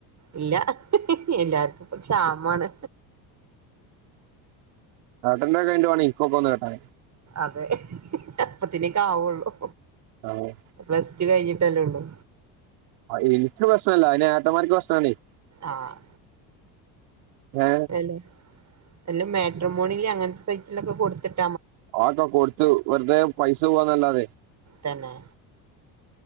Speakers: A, on the right (about 35°); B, on the right (about 80°).
A: ഇല്ല എല്ലാർക്കുംപ്പോ ക്ഷാമാണ്
B: ഏട്ടന്റെ കഴിഞ്ഞിട്ട് വേണം ഇൻക്കൊക്കെ ഒന്ന് കെട്ടാന്
A: അതെ അപ്പത്തിനും ആവുള്ളൂ
B: ആ
A: പ്ലസ് ടു കഴിഞ്ഞിട്ടല്ലേ ഉള്ളൂ
B: അയ് ഇനിക്ക് പ്രശ്നല്ല അയിന് ഏട്ടൻമാർക്ക് പ്രശ്‌നാണേയ്
A: ആഹ്
B: ഏ
A: അതല്ലേ എല്ലമാ ട്രമോണില് അങ്ങനത്തെ സൈറ്റ്ലൊക്കെ കൊടുത്തിട്ട്
B: ആക്കൊ കൊടുത്തു വെറുതേ പൈസ പോവ്വാന്നല്ലാതെ
A: തന്നെ